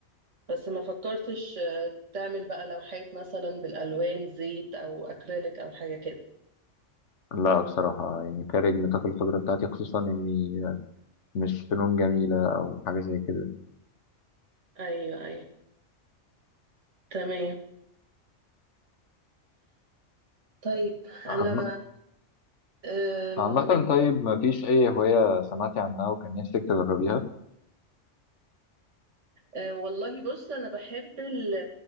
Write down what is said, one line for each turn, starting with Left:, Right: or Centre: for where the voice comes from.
Right: بس ما فكرتش آه، تعمل بقى لوحات مثلا بالألوان زيت أو أكريليك أو حاجة كده
Left: لا بصراحة يعني خارج نطاق الخبرة بتاعتي خصوصا اني مش فنون جميلة او حاجة زي كده
Right: أيوه أيوه تمام طيب أنا
Left: عم-
Right: أم،
Left: عامة طيب ما فيش اي هواية سمعتي عنها وكان نفسك تجربيها؟
Right: أه، والله بص أنا بحب ال-